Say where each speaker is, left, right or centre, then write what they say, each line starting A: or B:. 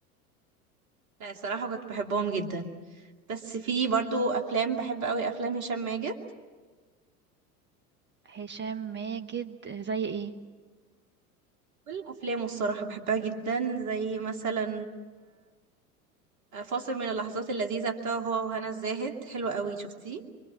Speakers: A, on the right; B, on the right.
A: لا الصراحه كنت بحبهم جدا بس في برضو افلام بحب قوي افلام هشام ماجد
B: هشام ماجد زي ايه
A: كل الأفلام الصراحة بحبها جدا زي مثلا آه، فاصل من اللحظات اللذيذة بتاعه هو وهنا الزاهد حلو قوي شفتيه